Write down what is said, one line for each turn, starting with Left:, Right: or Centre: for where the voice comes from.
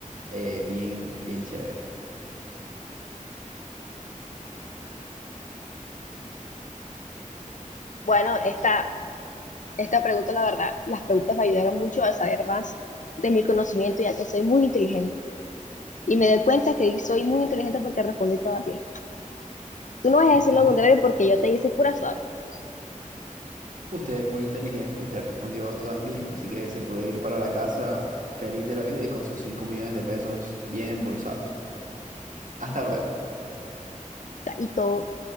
Right: eh, bien, bien chévere.
Left: Bueno, esta Esta pregunta, la verdad, las preguntas me ayudaron mucho a saber más de mi conocimiento, ya que soy muy inteligente. Y me doy cuenta que soy muy inteligente porque respondí todas bien. Tú no vas
Right: Usted,
Left: a decir lo contrario porque yo te hice pura suave. O
Right: usted es muy inteligente, usted respondió todas bien, así que se puede ir para la casa feliz de la vida y con sus 5 millones de pesos bien embolsados. Hasta luego.
Left: sea, y todo,